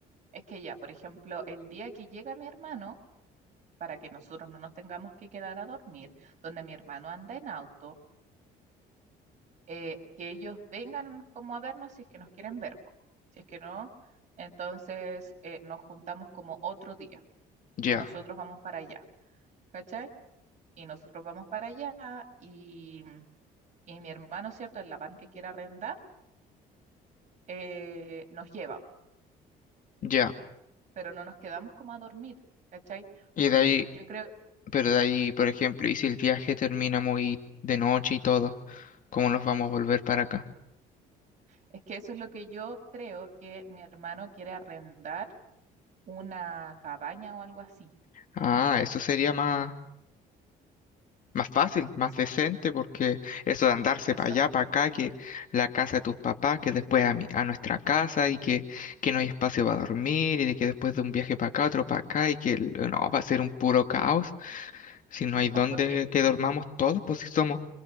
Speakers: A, on the right (about 45°); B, on the left (about 50°).
A: es que ya, por ejemplo, el día que llega mi hermano, para que nosotros no nos tengamos que quedar a dormir, donde mi hermano anda en auto, eh, que ellos vengan como a vernos si es que nos quieren ver, po. Si es que no, entonces eh, nos juntamos como otro día.
B: Ya,
A: Nosotros vamos para allá, ¿cachai? Y nosotros vamos para allá y, y mi hermano, ¿cierto? El van que quiera arrendar, eh, nos lleva.
B: ya.
A: pero no nos quedamos como a dormir, ¿cachai?
B: Y
A: Porque
B: de ahí,
A: yo creo,
B: pero de ahí, por ejemplo, y si el viaje termina muy de noche y todo, ¿cómo nos vamos a volver para acá?
A: es que eso es lo que yo creo que mi hermano quiere arrendar una cabaña o algo así.
B: Ah, eso sería más, más fácil, más
A: S-
B: decente, porque eso de andarse
A: Exacto.
B: para allá, para acá, que la casa de tus papás, que después a mi, a nuestra casa y que, que no hay espacio para dormir y de que después de un viaje para acá, otro para acá y que el- no, va a ser un puro caos. Si no
A: Sí,
B: hay
A: pues
B: dónde
A: porque,
B: que dormamos todos, pues si somos,